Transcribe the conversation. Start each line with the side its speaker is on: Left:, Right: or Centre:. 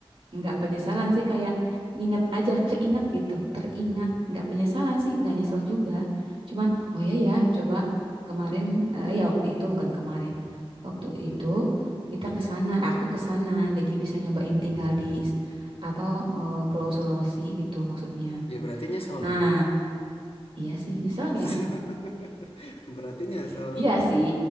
Right: nggak penyesalan sih kayak nginget aja keinget gitu teringat nggak penyesalan sih nggak nyesel juga cuman oh ya ya coba kemarin eh, ya waktu itu bukan kemarin waktu itu kita ke sana aku ke sana jadi bisa nyobain tinggal di apa eh, Pulau Sulawesi gitu maksudnya
Left: Ya berarti nyesel
Right: nah
Left: dong.
Right: iya sih nyesel
Left: <laughs>
Right: nggak
Left: Berarti nyesel
Right: ya
Left: dong
Right: iya sih